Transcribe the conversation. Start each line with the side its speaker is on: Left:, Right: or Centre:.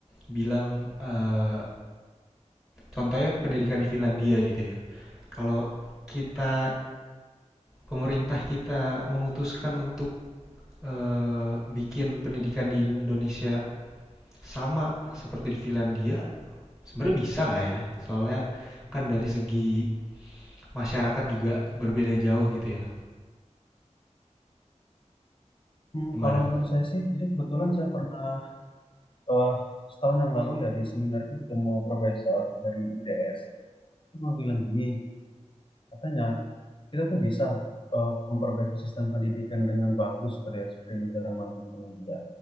Centre: bilang eh, contohnya pendidikan di Finlandia gitu ya. Kalau kita pemerintah kita memutuskan untuk eh, bikin pendidikan di Indonesia sama seperti di Finlandia, sebenarnya bisa nggak ya? Soalnya kan dari segi masyarakat juga berbeda jauh gitu ya.
Left: Hmm,
Centre: Gimana?
Left: kalau menurut saya sih, jadi kebetulan saya pernah eh, setahun yang lalu ya di seminar itu ketemu profesor dari ITS. Itu mau bilang gini, katanya kita tuh bisa eh, memperbaiki sistem pendidikan dengan bagus kayak seperti negara maju Finlandia.